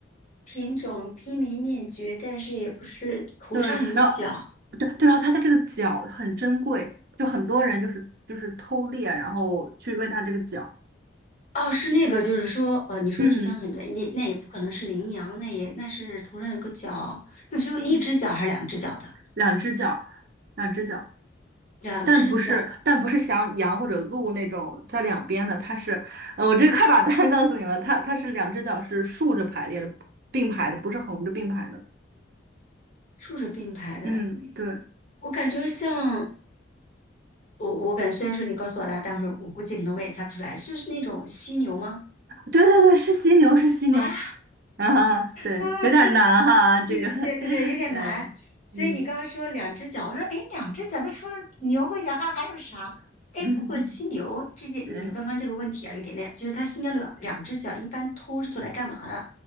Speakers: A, on the left (about 40°); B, on the right (about 55°).
A: 品种濒临灭绝，但是也不是头上有角。
B: 对，然后对对，然后它的这个角很珍贵，就很多人就是就是偷猎，然后去问它这个角。
A: 哦，是那个，就是说，呃，你说体型很短，
B: 嗯
A: 那那也不可能是羚羊，那也那是头上有个角，那只有一只角还是两只角的？
B: 嗯，两只脚，两只脚。
A: 两只角，
B: 但不是，但不是像羊或者鹿那种在两边的，它是，呃，我这快把答案告诉你了，它它是两只脚是竖着排列的，并排的，不是横着并排的。
A: 竖着并排的。
B: 嗯，对，
A: 我感觉像我，我感觉虽然说你告诉我答案，但是我估计可能我也猜不出来，是那种犀牛吗？
B: 对对对，是犀牛，是犀牛。
A: 啊，
B: 啊，对，
A: 啊！
B: 有点难哈，
A: 真的
B: 这个，
A: 谢谢，
B: <laughs>
A: 对对，有点难。
B: 呃，
A: 所以你刚刚说两只脚，
B: 嗯
A: 我说哎，诶两只脚，那除了牛和羊还还有啥？哎，
B: 嗯
A: 不过犀牛这件，
B: 嗯
A: 你刚刚这个问题啊，有点那，就是它犀牛两两只脚一般偷是做来干嘛的？